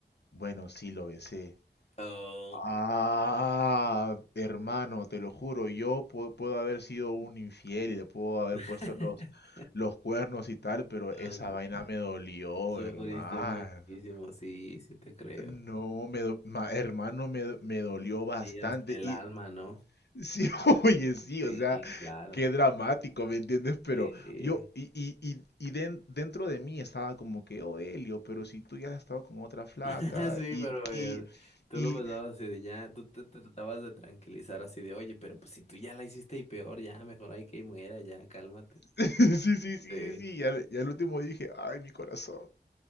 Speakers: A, on the left; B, on the left.
A: bueno, sí, lo besé.
B: Oh,
A: Ah, hermano, te lo juro, yo pu- puedo haber sido un infiel y le puedo haber
B: <laughs>
A: puesto los, los cuernos y tal, pero
B: pero
A: esa
B: su-
A: vaina me dolió,
B: sufriste
A: hermano.
B: muchísimo, sí, sí te creo.
A: No, me do- ma- hermano, me, do- me dolió bastante.
B: Y hasta el
A: Y
B: alma, ¿no?
A: sí, <laughs> oye, sí,
B: Sí,
A: o sea,
B: claro.
A: qué dramático, ¿me entiendes? Pero
B: sí.
A: yo, y, y, y, y den- dentro de mí estaba como que, oh, Elio, pero si tú ya has estado con otra flaca,
B: <laughs> Sí,
A: y,
B: pero
A: y,
B: eh, tú
A: y,
B: lo pensabas así de ya, tú te tratabas de tranquilizar así de, oye, pero pues si tú ya la hiciste y peor, ya mejor hay que muera, ya, cálmate.
A: <laughs> Sí, sí, sí, sí,
B: Sí,
A: sí. Y al, y al último dije, ay, mi corazón.